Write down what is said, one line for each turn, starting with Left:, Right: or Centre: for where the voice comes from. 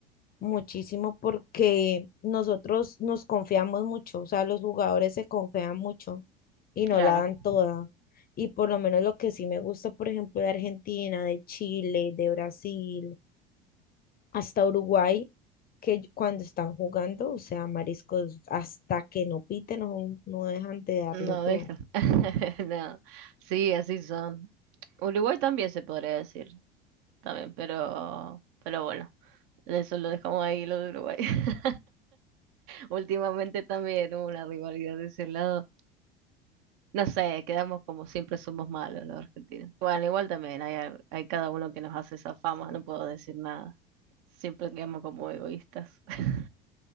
Left: muchísimo porque nosotros nos confiamos mucho, o sea, los jugadores se confían mucho y no
Right: Claro,
Left: la dan toda. Y por lo menos lo que sí me gusta, por ejemplo, de Argentina, de Chile, de Brasil, hasta Uruguay, que yo- cuando están jugando, o sea, mariscos, hasta que no piten, no, no dejan de darlo
Right: no
Left: todo.
Right: deja. <laughs> No, sí, así son. Uruguay también se podría decir, también, pero, pero bueno, eso lo dejamos ahí, lo de Uruguay. <laughs> Últimamente también hubo una rivalidad de ese lado. No sé, quedamos como siempre somos malos los argentinos. Bueno, igual también hay, al- hay cada uno que nos hace esa fama, no puedo decir nada. Siempre quedamos como egoístas. <laughs>